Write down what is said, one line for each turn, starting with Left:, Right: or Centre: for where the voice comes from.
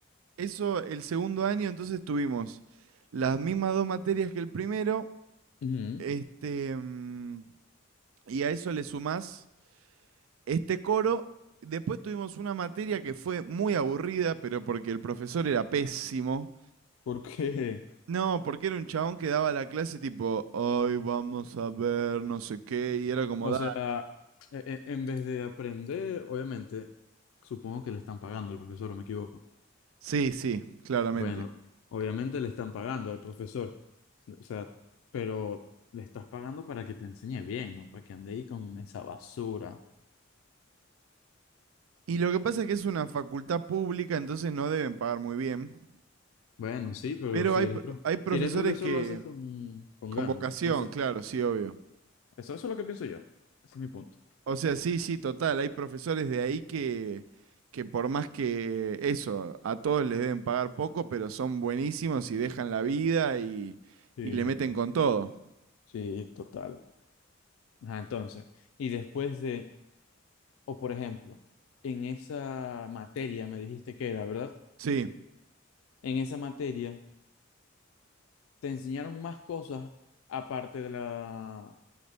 Right: eso el segundo año, entonces tuvimos las mismas dos materias que el primero,
Left: Ujú,
Right: este, mm, y a eso le sumás este coro. Después tuvimos una materia que fue muy aburrida, pero porque el profesor era pésimo.
Left: Porque,
Right: No, porque era un chabón que daba la clase tipo, hoy vamos a ver no sé qué, y era
Left: <laughs>
Right: como,
Left: o
Right: da.
Left: sea, e- e- en vez de aprender, obviamente, supongo que le están pagando al profesor, ¿o me equivoco?
Right: Sí, sí, claramente.
Left: Bueno, obviamente le están pagando al profesor, o sea, pero le estás pagando para que te enseñe bien, ¿no? Para que ande ahí con esa basura.
Right: Y lo que pasa es que es una facultad pública, entonces no deben pagar muy bien.
Left: Bueno, sí, pero
Right: Pero
Left: si
Right: hay,
Left: eres
Right: pro-
Left: prof-
Right: hay profesores
Left: si eres profesor
Right: que...
Left: lo haces con, con
Right: Con
Left: ganas,
Right: vocación,
Left: no sé.
Right: claro, sí, obvio.
Left: Eso, eso es lo que pienso yo. Ese es mi punto.
Right: O sea, sí, sí, total. Hay profesores de ahí que, que por más que eso, a todos les deben pagar poco, pero son buenísimos y dejan la vida y,
Left: Sí,
Right: y le meten
Left: sí,
Right: con todo.
Left: sí, total. Ajá, entonces, y después de, o por ejemplo, en esa materia me dijiste que era, ¿verdad?
Right: Sí.
Left: En esa materia te enseñaron más cosas aparte de la